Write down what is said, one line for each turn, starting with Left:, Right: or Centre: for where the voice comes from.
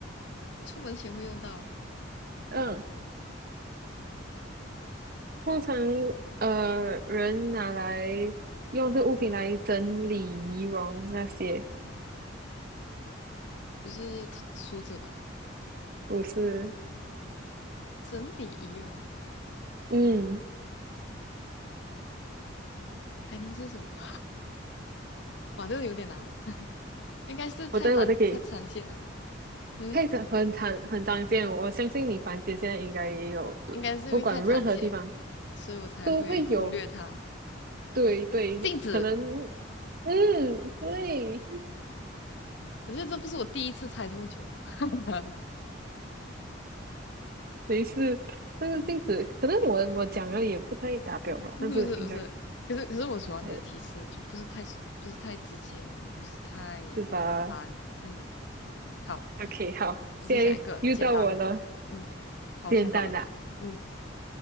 Left: 出门前会用到，
Right: 嗯、通常呃，人拿来用这物品来整理仪容那些，
Left: 不是梳子吧？
Right: 不是？
Left: 整理仪容
Right: 嗯，
Left: 还能是什么？<laughs> 哇，这个有点难，应该是太常太常见了。
Right: 我在，我在给，
Left: 嗯，
Right: 配着很常很常见，我相信你房间现在应该也有，呃不管任何地方
Left: 应该是因为太常见，所以我才会忽略它。
Right: 都会有。对对，
Left: 镜子，
Right: 可能嗯，对，
Left: 我觉得这不是我第一次猜这么久啊，<laughs>
Right: 没事。但是镜子，可能我我讲了也不太达标吧，
Left: 不是不是不是，
Right: 但是应该
Left: 可是可是我喜欢你的提示，
Right: 还有
Left: 就不是太不是太直接，也不是太
Right: 是吧
Left: 难。嗯，好。
Right: ？OK，好，
Left: 我我在想一个简单的，
Right: 现在又到我了，
Left: 嗯，好，
Right: 简单的。
Left: 我想好了，嗯，